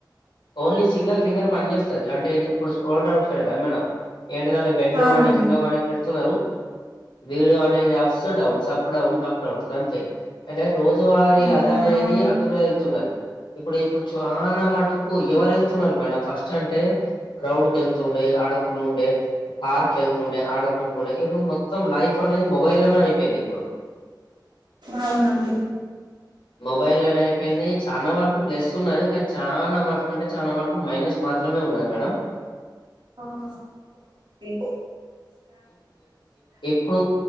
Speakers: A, on the left (about 80°); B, on the right (about 65°).
A: ఓన్లీ సింగిల్ ఫింగర్ పనిచేస్తది అంటే ఇప్పుడు స్క్రోల్ డ్రైవర్ చేయడం మనం ఏంటిదంటే బెడ్లో
B: అవునండి
A: గానీ కింద గానీ పెడుతున్నారు <unintelligible> అనేది ups downs up down up downs అంతే అంటే రోజువా మరి
B: అవును
A: అది అనేది
B: అవును
A: అందులో వెళ్తున్నది ఇప్పుడు ఇప్పుడు చాల మటుకు ఎవరు వెళ్తున్నారు మేడం ఫస్ట్ అంటే గ్రౌండ్కు వెళ్తుండే <unintelligible> ఉండే పార్క్ వెళ్తుండే ఆడుకుంటుండే ఇప్పుడు మొత్తం లైఫ్ అనేది మొబైల్ లోనే అయిపోయింది ఇప్పుడు
B: అవునండి
A: మొబైల్ లోనే అయిపోయింది చాల వరకు ప్లస్ ఉన్నయి కానీ చాలా మట్టుకు అంటే చాలా మటుకు మైనస్ మాత్రమే ఉన్నది మేడం
B: అవునా అవునండి
A: ఎప్పుడు